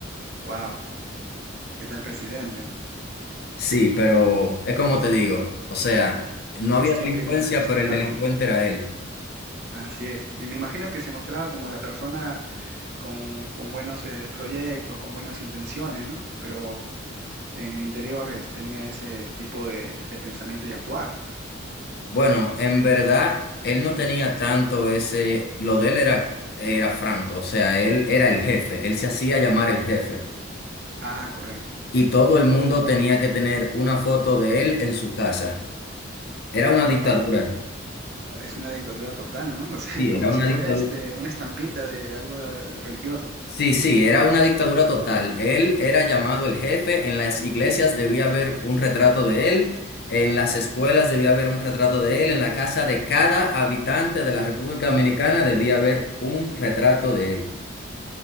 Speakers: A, on the right; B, on the left.
A: Wow. ¿Qué tal, presidente?
B: Sí, pero es como te digo, o sea, no
A: Gestión
B: había delincuencia,
A: que él está
B: pero
A: a
B: el
A: cargo,
B: delincuente
A: ¿no?
B: era él.
A: Así es. Y me imagino que se mostraba como la persona con, con buenos eh, proyectos, con buenas intenciones, ¿no? Pero en el interior es- tenía ese tipo de, de pensamiento y actuar.
B: Bueno, en verdad, él no tenía tanto ese, lo de él era, era franco, o sea, él era el jefe, él se hacía llamar el jefe
A: Ah, correcto.
B: y todo el mundo tenía que tener una foto de él en su casa. Era una dictadura.
A: Ah, es una dictadura total, ¿no? <laughs> O sea,
B: Sí,
A: como
B: era una
A: si fuera
B: dictadura.
A: este, una estampita de algo de- religioso.
B: Sí, sí, era una dictadura total. Él era llamado el jefe, en las iglesias debía haber un retrato de él, en las escuelas debía haber un retrato de él, en la casa de cada habitante de la República Dominicana debía haber un retrato de él.